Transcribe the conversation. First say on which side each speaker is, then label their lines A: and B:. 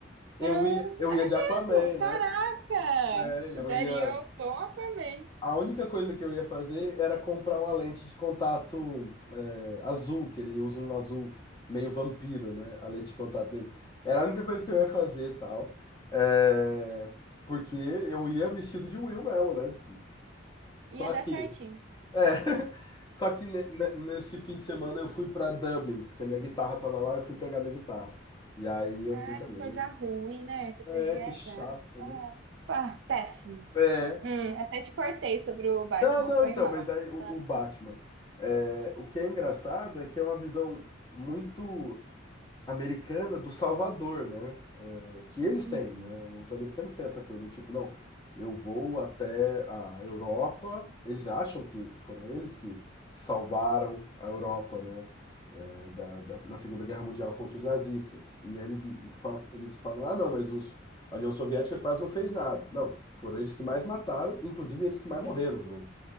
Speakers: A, on the left; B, on the right.
A: Eu
B: Ah,
A: ia, eu
B: é
A: ia de
B: mesmo?
A: Aquaman, né?
B: Caraca!
A: É,
B: Tu
A: eu
B: daria
A: ia.
B: um bom Aquaman.
A: A única coisa que eu ia fazer era comprar uma lente de contato é, azul, que ele usa um azul meio vampiro,
B: Hum,
A: né? A lente de contato dele. Era a única coisa que eu ia fazer e tal. É, porque eu ia vestido de Will mesmo, né? Tipo, só
B: Ia dar
A: que.
B: certinho.
A: É. <laughs> Só que ne- ne- nesse fim de semana eu fui pra Dublin, porque a minha guitarra tava lá, eu fui pegar minha guitarra. E aí eu
B: Ah,
A: desencanei.
B: que coisa ruim, né? Você foi
A: É,
B: viajar.
A: que chato,
B: Ah,
A: né?
B: pá, péssimo.
A: É.
B: Hum, até te cortei sobre o Batman,
A: Não, não,
B: foi
A: então,
B: mal.
A: mas aí o,
B: Ah,
A: o Batman. É, o que é engraçado é que é uma visão muito americana do Salvador, né? que eles
B: Uhum.
A: têm, né? Os americanos têm essa coisa do tipo, não, eu vou até a Europa, eles acham que foram eles que, que salvaram a Europa, né? eh, da, da- na Segunda Guerra Mundial contra os nazistas. E aí eles, fa- eles falam, ah, não, mas os, a União Soviética quase não fez nada. Não, foram eles que mais mataram, inclusive eles que mais morreram também.